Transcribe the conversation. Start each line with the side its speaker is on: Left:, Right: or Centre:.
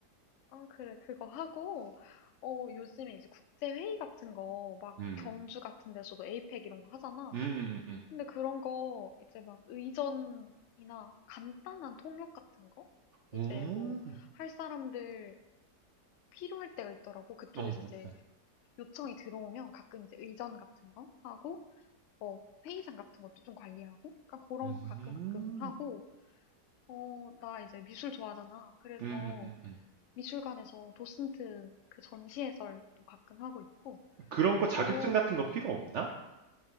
Left: 아, 그래. 그거 하고, 어, 요즘에 이제 국제회의 같은 거, 막
Right: 음,
Left: 경주 같은 데서도 에이펙 이런 거 하잖아.
Right: 음, 음,
Left: 근데 그런 거, 이제 막 의전이나 간단한 통역 같은 거? 이제
Right: 음,
Left: 뭐,
Right: 음.
Left: 할 사람들 필요할 때가 있더라고. 그쪽에서
Right: 오, 어,
Left: 이제
Right: 어, 어.
Left: 요청이 들어오면 가끔 이제 의전 같은 거 하고, 뭐, 회의장 같은 것도 좀 관리하고, 약간 그런
Right: 음,
Left: 거 가끔
Right: 음,
Left: 가끔 하고, 어, 나 이제 미술 좋아하잖아. 그래서
Right: 음, 음, 음.
Left: 미술관에서 도슨트 그 전시 해설도 가끔 하고 있고,
Right: 그런 거 자격증
Left: 뭐,
Right: 같은 거 필요 없나?